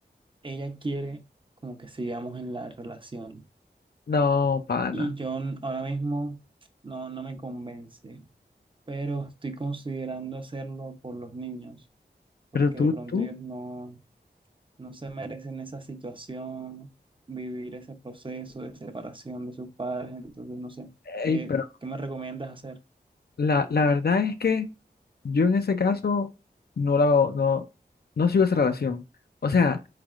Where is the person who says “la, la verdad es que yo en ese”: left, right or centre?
Left